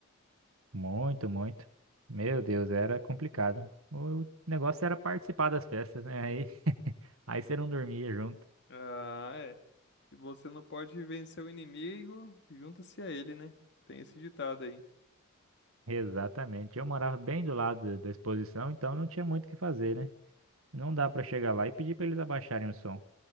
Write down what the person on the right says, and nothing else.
Muito, muito. Meu Deus, era complicado. O negócio era participar das festas, né? Aí, <laughs> aí você não dormia junto.
Exatamente. Eu morava bem do lado da da exposição, então não tinha muito o que fazer, né? Não dá pra chegar lá e pedir pra eles abaixarem o som.